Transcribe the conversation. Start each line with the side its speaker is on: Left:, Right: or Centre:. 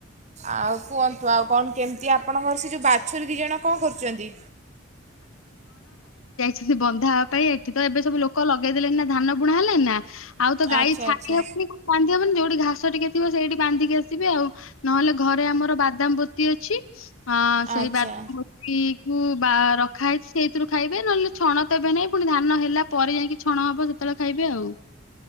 Right: ଆଉ କୁହନ୍ତୁ ଆଉ କଣ କେମିତି ଆପଣଙ୍କର ସେ ଯେଉଁ ବାଛୁରୀ ଦି ଜଣ କଣ କରୁଛନ୍ତି?
Left: ସେ ବନ୍ଧା ହେବା ପାଇଁ ଏଠି ତ ଏବେ ସବୁ ଲୋକ ଲଗେଇଦେଲେଣିି ନା ଧାନ ବୁଣା ହେଲାଣି ନା ଆଉ ତ ଗାଈ
Right: ଆଚ୍ଛା
Left: ଛାଡି
Right: ଆଚ୍ଛା
Left: ହବନି ବାନ୍ଧି ହବନି ଯୋଉଠି ଘାସ ଟିକେ ଥିବ ସେଇଠି ବାନ୍ଧିକି ଆସ୍ ଥିବେ ଆଉ ନହେଲେ ଘରେ ଆମର ବାଦାମବତି ଅଛି। ହଁ ସେଇ
Right: ଆଚ୍ଛା
Left: ବାଦମବତି
Right: ଆଚ୍ଛା
Left: କୁ ବା ରଖ ରଖା ହୋଇଛି ସେଇଥିରୁ ଖାଇବେ ନହେଲେ ଛଣ ତ ଏବେ ନାଇଁ ପୁଣି ଧାନ ହେଲା ପରେ ଯାଇକି ଛଣ ହବ ସେତେବେଳେ ଖାଇବେ ଆଉ।